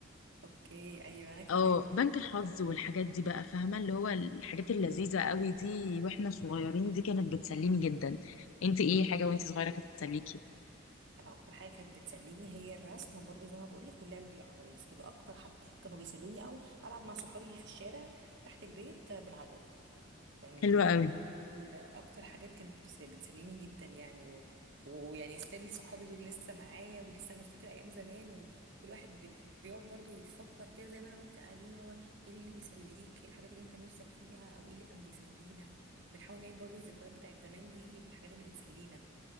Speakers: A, on the right; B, on the left.
A: أوكي أيوه أنا كمان
B: اه بنك الحظ والحاجات دي بقى فاهمة اللي هو الحاجات
A: عامة
B: اللذيذة قوي دي واحنا صغيرين دي كانت بتسليني جدا انت ايه حاجة وانت صغيرة كانت بتسليكي
A: انا اكتر حاجه كانت بتسليني هي الرسم برضو زي ما بقولك واللعب بالعرايس دول اكتر حاجتين كانوا بيسلوني او العب مع صحابي في الشارع تحت البيت بالعجل يعني
B: حلوة قوي
A: ال- اكتر حاجات كانت بس- بتسليني جدا يعني و... ويعني ستيل صحابي دول لسه معايا ولسه بنفتكر ايام زمان وكل واحد بي... بيقعد برضو يفكر كده زي ما انا وانت قاعدين اللي هو ايه اللي بيسليك ايه الحاجات اللي انت نفسك فيها او ايه اللي كان بيسلينا بنحاول نعيد برضو الذكريات بتاعت زمان دي في الحاجات اللي بتسلينا